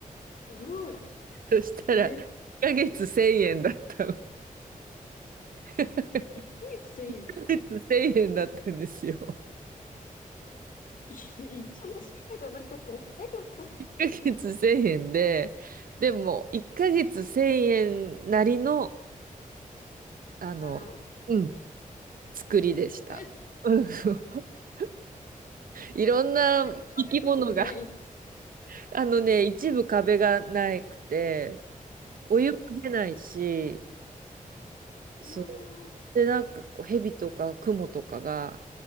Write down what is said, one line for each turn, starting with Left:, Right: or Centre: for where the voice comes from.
Left: すごい。
Right: そしたら、
Left: えー、
Right: 1ヶ月1000円だったの。<laughs>
Left: え、1ヶ月1000ですか
Right: 月1000円だったんですよ。
Left: い <laughs> 一日とかじゃなくて1ヶ月。
Right: <laughs> 1ヶ月1000円で、でも1ヶ月1000円なりの、あの、
Left: あ
Right: うん、作りでした。
Left: ーえ、
Right: うん、<laughs> いろんな生き物が、
Left: あ、なんか壁とかないです。
Right: あのね、一部壁がなくて、お湯も出ないし、
Left: うわー、
Right: そう。で、なんかこう、蛇とかクモとかが